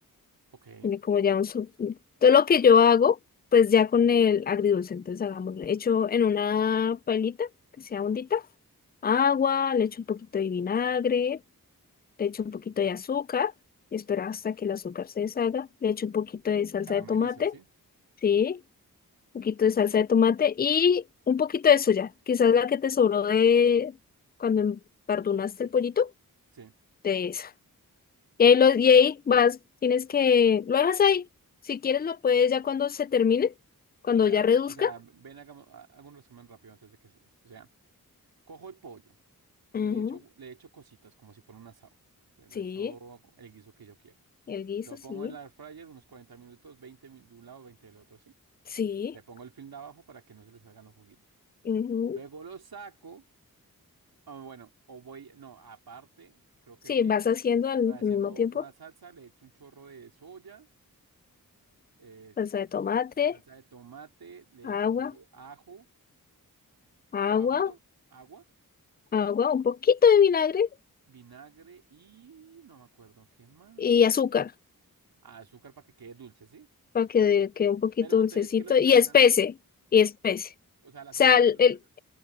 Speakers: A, on the right; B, on the left.
A: Ok,
B: Tiene como ya un... su- Todo lo que yo hago, pues ya con el agridulce. Entonces hagamos, hecho en una pailita que sea hondita, agua, le echo un poquito de vinagre. le echo un poquito de azúcar, espero hasta que el azúcar se deshaga, le echo un poquito de salsa
A: carameliza,
B: de tomate,
A: ¿sí?
B: sí, un poquito de salsa de tomate y un poquito de soya, quizás la que te sobró de cuando empardunaste el pollito,
A: Sí.
B: de esa. Y ahí, lo, y ahí vas, tienes que, lo dejas ahí, si quieres lo puedes ya cuando se termine, cuando
A: O sea,
B: ya reduzca,
A: o sea, ven, hagamos, ha- hago un resumen rápido antes de que sigas. O sea, cojo el pollo,
B: Ujú,
A: le echo, le echo cositas como si fuera un asado. Le
B: sí,
A: echo el guiso que yo quiero.
B: el guiso,
A: Lo pongo
B: sí,
A: en la air fryer unos 40 minutos, veinte mi- de un lado, 20 del otro, ¿sí?
B: sí,
A: Le pongo el film de abajo para que no se le salgan los juguitos.
B: ujú.
A: Luego lo saco, ah, bueno, o voy, no, aparte, creo que
B: Sí,
A: sí,
B: vas haciendo al
A: haciendo
B: mismo tiempo
A: una salsa, le echo un chorro de soya, es
B: salsa de tomate,
A: salsa de tomate, le
B: agua.
A: echo ajo,
B: agua,
A: ajo no, agua.
B: agua, un poquito de vinagre
A: vinagre y no me acuerdo qué más.
B: y azúcar
A: Ah, azúcar para que quede dulce, ¿sí?
B: para que quede un poquito
A: Pero
B: dulcecito
A: entonces, ¿qué lo espesa?
B: y espese, y espese.
A: O sea, ¿el azúcar
B: O sea,
A: es
B: el,
A: lo que lo
B: el-
A: espesa?